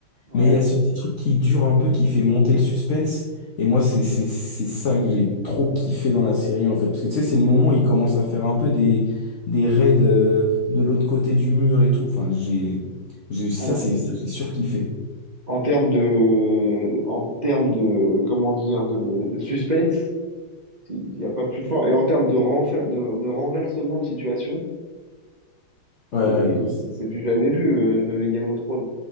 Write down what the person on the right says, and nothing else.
ouais.
Ah non,
En termes de, en termes de, comment dire, de, de suspense, il n'y a pas plus fort. Et en termes de, renfer- de, de renversement de situation,
c'est,
c'est c'est du jamais vu, euh, Game of Thrones.